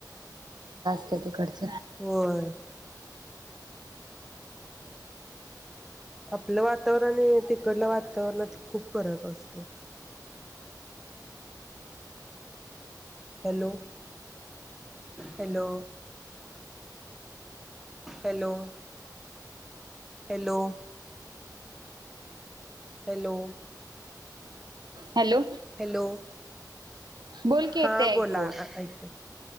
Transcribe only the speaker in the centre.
होय आपल वातावरण तिकडला वातावरणात खूप फरक असतोय. Hello hello hello hello hello
hello
हा
बोला ऐकते.